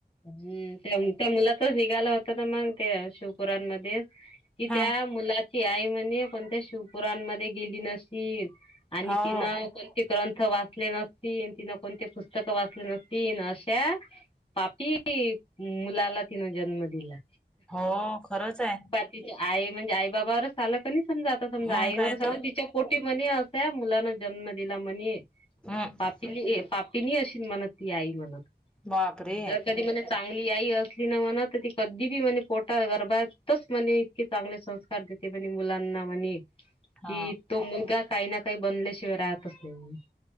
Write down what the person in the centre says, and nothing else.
हा
हो
हो खरंच हाय.
मग
काय
तर
हम्म
बापरे
हा